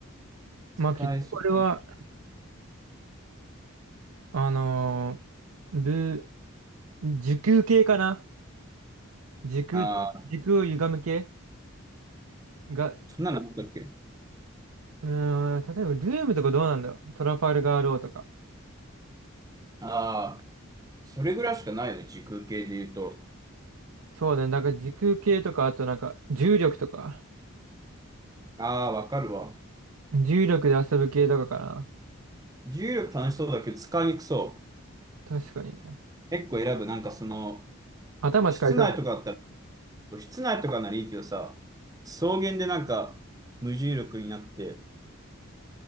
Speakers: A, on the right; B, on the right.
A: まあ、
B: 使えそう。
A: 結局これは、あのー、ルー、時空系かな時空と、
B: ああ
A: 時空を歪む系が、
B: そんなのあったっけ
A: うーん、例えば、ルームとかどうなんだよ。トラファルガーローとか。
B: ああー、それぐらいしかないよね、時空系で言うと。
A: そうだね。なんか時空系とか、あとなんか、重力とか、
B: ああ、わかるわ。
A: 重力で遊ぶ系とかかな。
B: 重力楽しそうだけど使いにくそう。
A: 確かにね。
B: 結構選ぶ。なんかその、
A: 頭使いそうだよね。
B: 室内とかだったら、室内とかならいいけどさ、草原でなんか無重力になって、